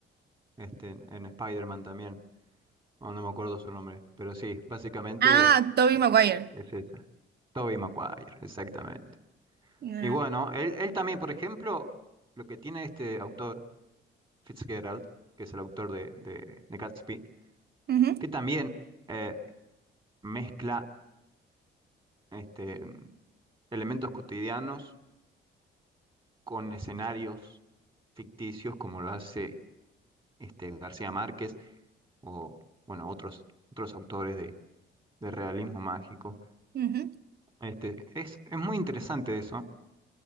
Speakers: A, on the right; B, on the right.
A: este, en, en Spider-Man también. No, no me acuerdo su nombre, pero sí, básicamente
B: Ah, Tobey
A: eh,
B: Maguire.
A: es esa. Tobey Maguire, exactamente.
B: Ah,
A: Y bueno, él, él también, por ejemplo, lo que tiene este autor, Fitzgerald, que es el autor de, de, de Gatsby,
B: ujú,
A: que también eh, mezcla este, elementos cotidianos con escenarios ficticios como lo hace este García Márquez o bueno, otros, otros autores de, de realismo mágico.
B: ujú,
A: Este, es, es muy interesante eso,